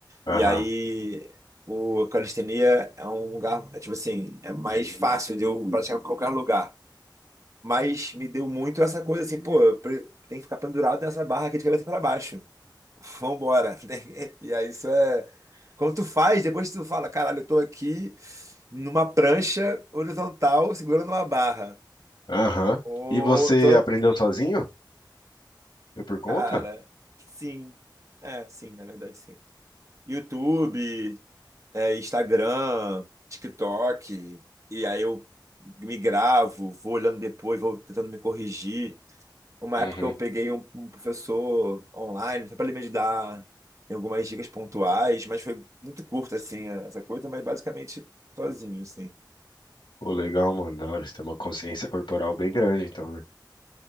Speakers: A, on the right; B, on the left.
A: E
B: aham,
A: aí o calistenia é um lugar, é tipo assim, é mais fácil de eu praticar em qualquer lugar. Mas me deu muito essa coisa assim, pô, eu pre- tem que ficar pendurado nessa barra aqui de cabeça para baixo. Vambora. <laughs> E aí isso é. Quando tu faz, depois tu fala, caralho, eu tô aqui numa prancha horizontal segurando uma barra.
B: aham.
A: Ou
B: E você
A: eu tô aqui.
B: aprendeu sozinho? Foi por
A: Cara,
B: conta?
A: sim. É, sim, na verdade, sim. YouTube, é, Instagram, TikTok. E aí eu me gravo, vou olhando depois, vou tentando me corrigir. Uma
B: Uhum.
A: época eu peguei um, um professor online, foi para ele me dar em algumas dicas pontuais, mas foi muito curto, assim, essa coisa, mas basicamente sozinho, assim.
B: Pô, legal, mano, da hora. Você tem uma consciência corporal bem grande, então, né?